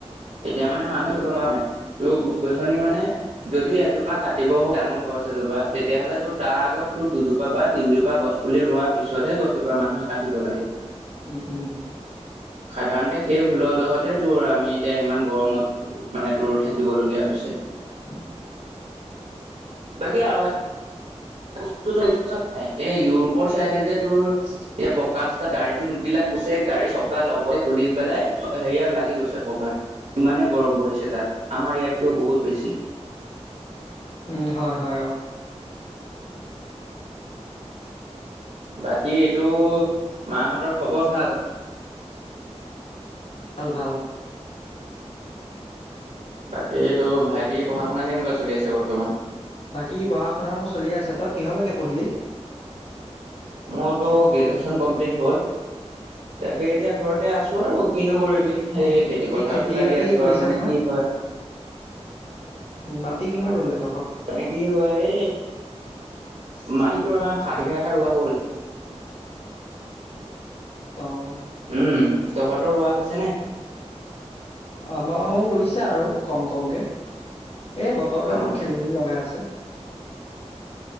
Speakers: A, on the right; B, on the left.
A: এতিয়া মানে মানুহে কি গম পানে, তোৰ গছ, গছনি মানে যদি এজোপা কাটিব ডাঙৰ গছ এজোপা তেতিয়াহ'লে তো তাৰ আগত তোৰ দুজোপা বা তিনজোপা গছ পুলি ৰোৱাৰ পিছতহে গছজোপা মানুহে কাটিব লাগে।
B: উম, উম।
A: সাধাৰণতে সেই ভুলদহতে তোৰ আমি এতিয়া ইমান গৰমত মানে ত, থাকিবলগীয়া হৈছে।
B: উ।
A: বাকি আৰ বস্তুতো নি্চয় নাই এই, ইউৰোপৰ চাইডে যে তোৰ এই প্ৰকাশ ত, গাড়ী যোন বিলাক গৈছে। গাড়ী চকা লগতে গল পেলাই হেৰিয়ত লাগি গৈছে পকাত ইমানেই গৰম পৰিছে, তাত আমাৰ ইয়াতকৈও বহুত বেছি।
B: উম, হয়, হয়, অ'।
A: বাকী এইটো মাহঁতৰ খবৰ ভাল।
B: ভাল, ভাল।
A: বাকী এইটো ভাইটিৰ পঢ়া, শুনা কেনেকুৱা চলি আছে বৰ্তমান।
B: বাকী পঢ়া, শুনা মোৰ চলি আছে, তই কিহৰলৈকে পঢ়িলি?
A: মোৰতো গ্ৰেজুৱেচন কমপ্লিট হ'ল। তাকে, এতিয়া ঘৰতে আছো, আৰু কিনো কৰিব। সেই
B: অ
A: খেতি
B: বাকী
A: পথাৰতো লাগি
B: বাতি
A: আছো,
B: কৰিছে
A: আৰু মানে
B: নহয়
A: কি হয়?
B: মাটি কিমান ৰুলে তহঁতৰ?
A: মানে কি হয়? মাটিটোৰ আমাৰ সাতঘা এটা ৰোৱা হ'ল।
B: অ'।
A: উম, তহঁতৰ ৰোৱা হৈছে নে।
B: আমাৰো ৰুইছে আৰু কম, কমকে এই বতৰটো অলপ
A: অ,
B: খেলি, মেলি লগাই আছে।